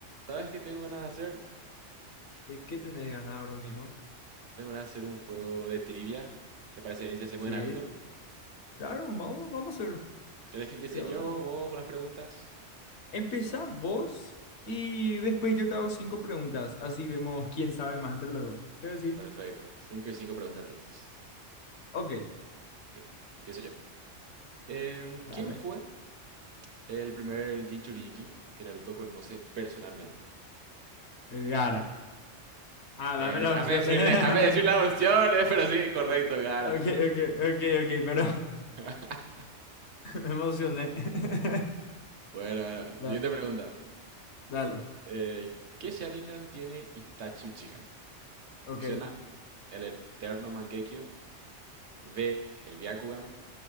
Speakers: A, on the right; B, on the left.
A: ¿Sabes qué tengo ganas de hacer?
B: ¿De qué tenés ganas ahora mismo?
A: Tengo ganas de hacer un juego de trivia. ¿Te parece bien si hacemos
B: Sí,
A: de Naruto?
B: Claro, vamos, vamos a hacer.
A: ¿Querés que empiece
B: Yo...
A: yo, vos, con las preguntas?
B: Empezá vos y después yo te hago cinco preguntas. Así vemos quién sabe más entre los dos. ¿qué decís?
A: Perfecto. Cinco y cinco preguntas entonces.
B: Ok.
A: Ok, empiezo yo. Em,
B: Dale.
A: ¿quién fue el primer Jinchuriki que Naruto conoce personalmente?
B: Gara. Ah,
A: Eh,
B: dame las
A: déjame
B: opciones.
A: decir,
B: <laughs>
A: déjame decir las opciones, pero sí, correcto, Gara.
B: Ok, ok, ok, ok, pero
A: <laughs>
B: <laughs> me emocioné. <laughs>
A: Bueno, bueno,
B: Da-
A: siguiente pregunta.
B: Dale.
A: Eh, ¿qué Sharingan tiene Itachi Uchiha?
B: Ok,
A: Opción A, el Eterno Mangekyo. B, el Byakugan.